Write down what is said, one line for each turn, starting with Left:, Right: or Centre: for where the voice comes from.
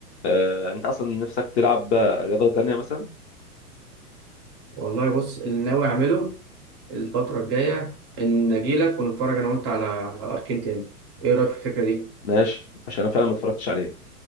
Left: آه انت اصلا نفسك تلعب رياضه تانية مثلا
Right: والله بص اللي ناوي اعمله الفتره الجايه ان اجيلك ونتفرج انا وانت على اركين تاني ايه رايك في الفكره دي
Left: ماشي عشان انا فعلا ما اتفرجتش عليه